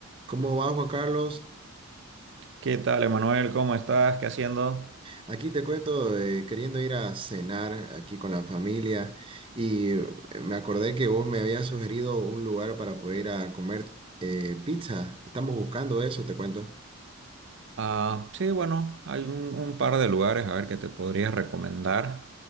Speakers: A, on the right; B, on the right.
A: ¿Cómo va Juan Carlos?
B: ¿Qué tal, Emanuel? ¿Cómo estás? ¿Qué haciendo?
A: Aquí te cuento, eh, queriendo ir a cenar aquí con la familia y eh, me acordé que vos me habías sugerido un lugar para poder ir a comer eh, pizza. Estamos buscando eso, te cuento.
B: Ah, sí, bueno, hay un, un par de lugares a ver que te podría recomendar.